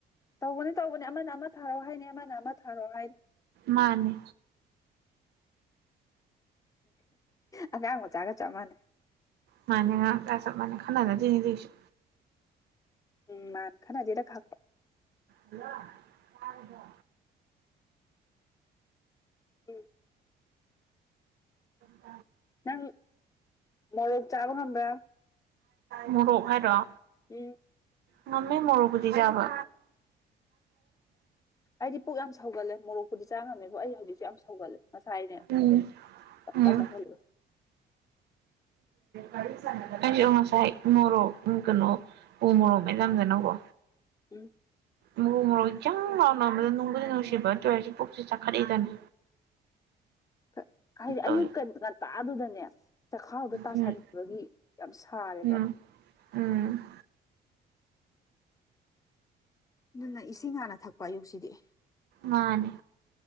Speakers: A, on the left (about 20°); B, on the right (about 70°).
A: ꯇꯧꯕꯅꯦ ꯇꯧꯕꯅꯦ ꯑꯃꯅ ꯑꯃ ꯊꯥꯔꯛꯑꯣ ꯍꯥꯏꯅꯤ ꯑꯃꯅ ꯑꯃ ꯊꯥꯔꯛꯣꯑꯣ ꯍꯥꯏꯅꯤ
B: ꯃꯥꯅꯦ
A: ꯑꯉꯥꯡ ꯃꯆꯥꯒ ꯆꯞ ꯃꯥꯟꯅꯩ
B: ꯃꯅꯤ ꯃ ꯈꯅꯅ ꯆꯅꯤꯁꯨ
A: ꯎꯝ ꯃꯥꯅ ꯈꯅꯦꯗ ꯈꯥꯛ
B: ꯍꯜꯂꯣ ꯀꯗ
A: ꯎꯝ
B: ꯍ
A: ꯅꯪ ꯃꯣꯔꯣꯛ ꯆꯥꯕ ꯉꯕ꯭ꯔꯥ
B: ꯃꯣꯔꯣꯛ ꯍꯥꯏꯔꯣ
A: ꯎꯝ
B: ꯉꯃꯤꯃꯦ ꯃꯔꯕꯨꯗꯤꯖꯕ
A: ꯑꯩꯗꯤ ꯄꯨꯛ ꯌꯥꯝ ꯁꯧꯒꯠꯂꯦ ꯃꯣꯔꯣꯛꯄꯨꯗꯤ ꯆꯥ ꯉꯝꯃꯦꯕ ꯑꯩ ꯍꯧꯖꯤꯛꯁꯨ ꯌꯥꯝ ꯁꯧꯒꯜꯂꯦ ꯉꯁꯥꯏꯅꯦ
B: ꯎꯝ
A: ꯆꯞ
B: ꯎꯝ
A: ꯆꯠ ꯊꯂ
B: ꯑꯩꯁꯨ ꯑꯣ ꯉꯁꯥꯏ ꯃꯣꯔꯣꯛ ꯀꯩꯅꯨ ꯎ ꯃꯣꯔꯣꯛ ꯃ ꯂ ꯂꯝꯖ ꯅꯒꯣ
A: ꯎꯝ
B: ꯃꯣꯛ ꯃꯔꯣꯔꯣꯛ ꯈꯤꯆꯪ ꯂꯥꯎꯅꯕꯗ ꯅꯨꯡꯕꯨꯗꯤ ꯅꯨꯡꯁꯤꯕ ꯇꯣꯏꯋꯔꯁꯦ ꯄꯨꯣꯛꯁꯦ ꯆꯥꯈꯠꯛꯏꯗꯅ
A: <inaudible> ꯍꯥꯏꯗꯤ
B: ꯇꯧꯋꯤ
A: ꯑꯌꯨꯛ ꯉꯟꯇꯥꯗꯨꯗꯅꯦ ꯆꯈꯥꯎꯗꯣ ꯇꯥꯁꯟꯕꯒꯤ
B: ꯎꯝ
A: ꯌꯥꯝ ꯁꯥꯔꯦꯕ
B: ꯎꯝ ꯎꯝ
A: ꯑꯗꯨꯅ ꯏꯁꯤꯡ ꯍꯥꯟꯅ ꯊꯛꯄ ꯑꯌꯨꯛꯁꯤꯗꯤ
B: ꯃꯥꯅꯦ